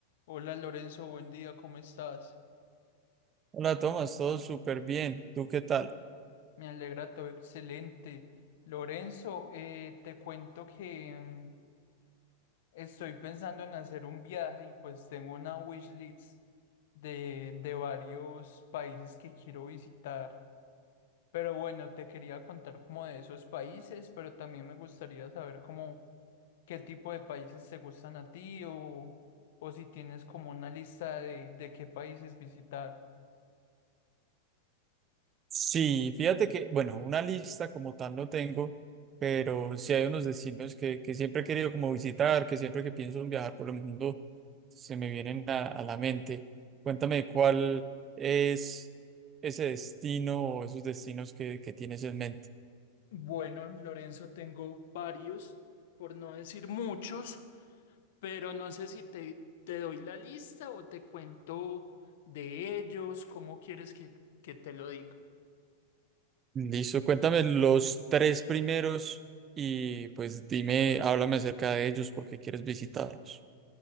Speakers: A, on the left; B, on the right.
A: Hola Lorenzo, buen día, ¿cómo estás?
B: Hola, Tomás, todo súper bien. ¿Tú qué tal?
A: Me alegra todo, excelente. Lorenzo, eh, te cuento que mm, estoy pensando en hacer un viaje y pues tengo una wishlist de, de varios países que quiero visitar. Pero bueno, te quería contar como de esos países, pero también me gustaría saber cómo qué tipo de países te gustan a ti o, o si tienes como una lista de, de qué países visitar.
B: Sí, fíjate que, bueno, una lista como tal no tengo, pero sí hay unos destinos que, que siempre he querido como visitar, que siempre que pienso en viajar por el mundo se me vienen a, a la mente. Cuéntame cuál es ese destino o esos destinos que, que tienes en mente.
A: Bueno, Lorenzo, tengo varios, por no decir muchos pero no sé si te, te doy la lista o te cuento de ellos, cómo quieres que, que te lo diga.
B: Listo, cuéntame los tres primeros y pues dime, háblame acerca de ellos porque quieres visitarlos.